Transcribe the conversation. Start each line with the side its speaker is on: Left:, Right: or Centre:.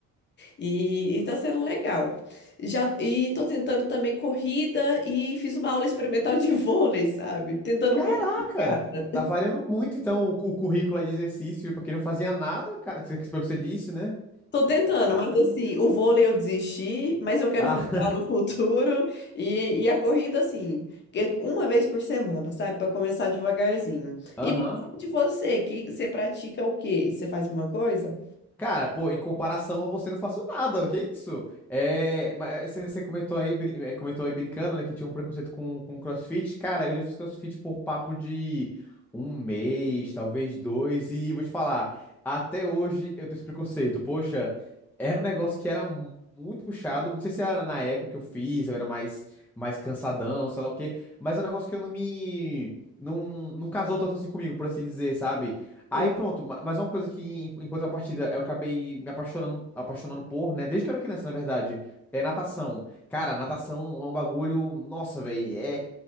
Left: E, e tá sendo legal. Já, e tô tentando também corrida e fiz uma aula experimental de <laughs> vôlei, sabe? Tentando
Centre: Caraca!
Left: um pouco de cada.
Centre: Tá variando muito, então, o, cu- o currículo aí de exercício. Pra quem não fazia nada, cara, que- pelo que você disse, né?
Left: Tô tentando,
Centre: Caramba.
Left: mas assim, o vôlei eu desisti, mas eu quero
Centre: Ah,
Left: voltar
Centre: <laughs>
Left: no futuro e, e a corrida, assim, que uma vez por semana, sabe? Pra começar devagarzinho.
Centre: aham.
Left: E me fala de você, que você pratica o quê? Você faz alguma coisa?
Centre: Cara, pô, em comparação a você, não faço nada, que isso? É, mas você você comentou aí, brin- eh, comentou aí brincando, né, que tinha um preconceito com, com CrossFit. Cara, eu já fiz CrossFit por papo de um mês, talvez dois, e vou te falar, até hoje eu tenho esse preconceito. Poxa, era um negócio que era mu- muito puxado, não sei se era na época que eu fiz, eu era mais, mais cansadão, sei lá o quê, mas é um negócio que eu não me... Não, não casou tanto assim comigo, por assim dizer, sabe? Aí
Left: Sim.
Centre: pronto, ma- mas uma coisa que em, em contrapartida eu acabei me apaixonando, apaixonando por, né? Desde que eu era criança, na verdade, é natação. Cara, natação é um bagulho, nossa, velho, é